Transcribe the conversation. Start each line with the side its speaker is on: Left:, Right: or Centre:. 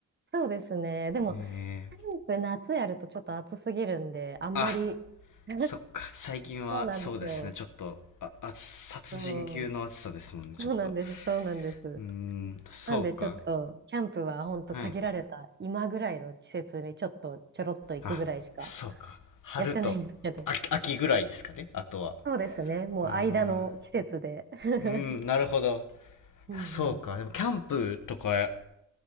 Right: そうですね。でも、
Left: えー
Right: キャンプ夏やるとちょっと暑すぎるんで、あんまり
Left: あ、
Right: <laughs>
Left: そっか。最近は、
Right: そうなんですよ。
Left: そうですね。ちょっと、あ、あつ殺人級の暑さですもんね。
Right: そう、
Left: ちょっと。
Right: そうなんです。そうなんです。
Left: うーん、そうか。
Right: なんでちょっと、キャンプはほんと限られた今ぐらいの季節にちょっとちょろっと行くぐらいしか
Left: はい。あそうか。春と秋秋ぐらいですかね、
Right: やってないんですけど。
Left: あとは。
Right: そうですね。もう間の季節で。
Left: あ
Right: <laughs>
Left: うん、なるほど。
Right: うんうん。
Left: そうか。でも、キャンプとかや